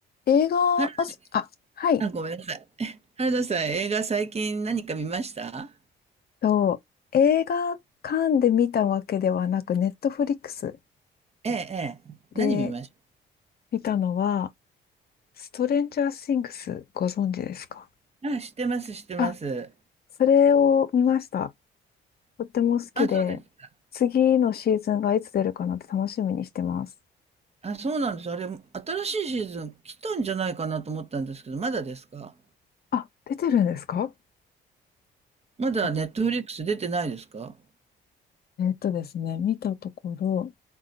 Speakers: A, on the left (about 50°); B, on the right (about 30°).
A: 映画、
B: はさ
A: あ、すあ、はい。
B: <laughs> あ、ごめんなさい。原田さん、映画最近何か見ました
A: と、映画館で見たわけではなく、ネットフリックス
B: ええ、ええ。
A: で
B: 何見まし
A: 見たのは、ストレンジャー・シングス、ご存知ですか
B: たあ、知ってます、知ってます。
A: あ、それを見ました。とっても好きで、
B: あ、そうですか。
A: 次のシーズンがいつ出るかなって楽しみにしてます。
B: あ、そうなんです。あれ、新しいシーズン来たんじゃないかなと思ったんですけど、まだですか
A: あ、出てるんですか
B: まだネットフリックス出てないですか
A: あえーっとですね、見たところ、